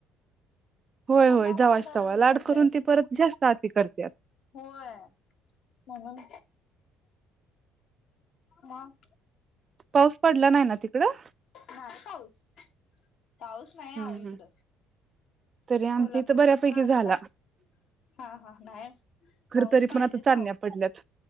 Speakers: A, on the right; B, on the left.
A: होय
B: पुन्हा
A: होय
B: वांड
A: जावाच
B: होत्यात
A: तवा लाड करून
B: लय
A: ते परत जास्त ती <unintelligible>
B: होय म्हणून मग
A: पाऊस पडला नाही ना तिकडं?
B: नाही पाऊस. पाऊस नाही
A: हम्म
B: आहो
A: हम्म
B: इकड
A: तरी आमच्या
B: कोल्हापूरमध्ये
A: इथं बऱ्यापैकी
B: जरा आलता
A: झाला
B: हा हा नाही आणखी
A: खर
B: पाऊस
A: तरी
B: पाहिजेच
A: पण आता चांदण्या
B: आहो.
A: पडल्यात